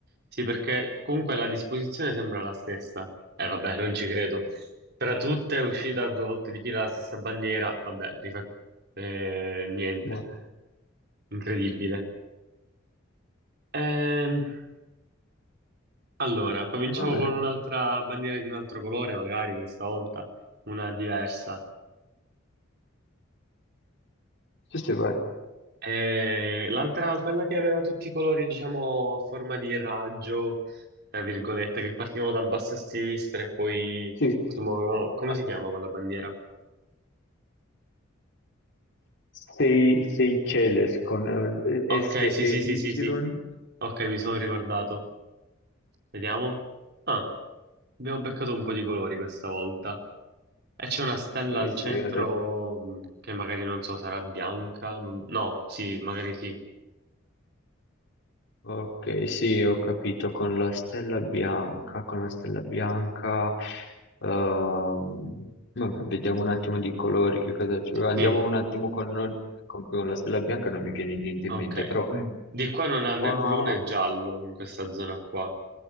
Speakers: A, on the right; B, on the left.
A: Sì, perché comunque la disposizione sembra la stessa. Eh, vabbè, non ci credo. Tra tutte è uscita due volte di fila la stessa bandiera. Vabbè, rifa- eh, niente.
B: Ma-
A: Incredibile. Ehm, allora, cominciamo
B: Va bene,
A: con un'altra bandiera di un altro colore, magari questa volta una diversa.
B: sì, sì, vai.
A: Eh, l'altra, quella che aveva tutti i colori, diciamo, a forma di raggio, tra virgolette, che partivano dal basso a sinistra e poi
B: Sì, quella
A: si muovevano.
B: era...
A: Come si chiama quella bandiera?
B: Sei, sei Celes con eh,
A: Ok,
B: S-E-Y.
A: sì, sì, sì, sì, sì. Ok, mi sono ricordato. Vediamo. Ah, abbiamo beccato un po' di colori questa volta. E c'è una stella
B: Ok,
A: al
B: sì,
A: centro
B: hai ragione.
A: mh, che magari non so, sarà bianca? non- No, sì, magari sì.
B: Ok, sì, ho capito, con la stella bianca, con la stella bianca, ehm, vabbè, vediamo un attimo di colori, che cosa ci... Andiamo
A: Sì.
B: un attimo con, con- con la stella bianca, non mi viene niente
A: Ok,
B: in mente, però...
A: di qua non ha né
B: qua-
A: blu né giallo in questa zona qua.